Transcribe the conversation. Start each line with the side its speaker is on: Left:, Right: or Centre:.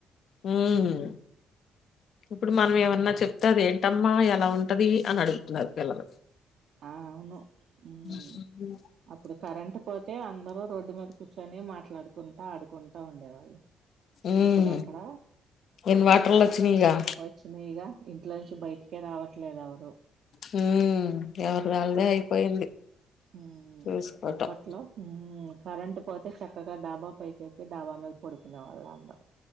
Left: ఉమ్ ఇప్పుడు మనమేమన్నా చెప్తె అదేట్టమ్మా ఎలా ఉంటది అని అడుగుతున్నారు పిల్లలు.
Right: ఆ ఔను ఊమ్
Left: పిల్లలు
Right: అప్పుడు కరెంట్ పో తే అందరూ రోడ్డు మీద కుచ్చోని మాట్లాడుకుంటా ఆడుకుంటా ఉండేవాళ్ళు.
Left: ఉమ్
Right: ఇప్పుడెక్కడ
Left: ఇన్వర్టర్లు వచ్చినాయిగా
Right: వొచ్చినయిగ ఇంట్లోంచి బయ్ట్కే రావట్లేదెవ. ఔ.
Left: హూమ్. ఎవర్దాళ్దే అయ్పోయింది
Right: మ్మ్
Left: చూస్కోటం.
Right: అప్పట్లో మ్మ్ కరెంట్ పోతె చక్కగా డాబా పైకెక్కి డాబా మీద పొడుకునే వాళ్ళందరు.